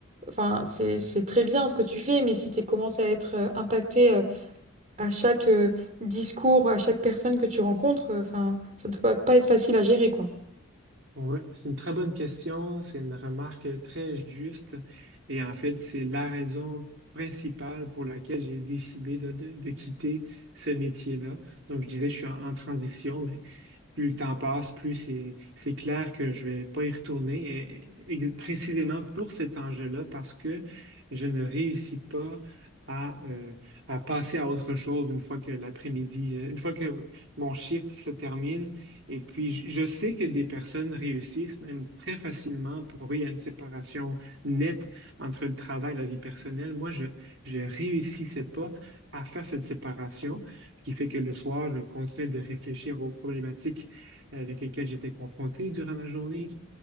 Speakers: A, on the right; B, on the right.
A: enfin c'est c'est très bien ce que tu fais mais si tu commences à être euh, impacté euh, à chaque euh, discours à chaque personne que tu rencontres euh, enfin ça doit pas être facile à gérer quoi.
B: Oui, c'est une très bonne question, c'est une remarque très juste et en fait, c'est la raison principale pour laquelle j'ai décidé de, de- de quitter ce métier-là. Donc, je dirais que je suis en, en transition, plus le temps passe, plus c'est c'est clair que je vais pas y retourner, et- et- précisément pour cet enjeu-là, parce que je ne réussis pas à, euh, à passer à autre chose une fois que l'après-midi, euh, une fois que mon shift se termine. Et puis, je je sais que des personnes réussissent même très facilement. Pour eux, il y a une séparation nette entre le travail et la vie personnelle. Moi, je ne réussissais pas à faire cette séparation ce qui fait que le soir, je continuais de réfléchir aux problématiques avec lesquels j'étais confronté durant la journée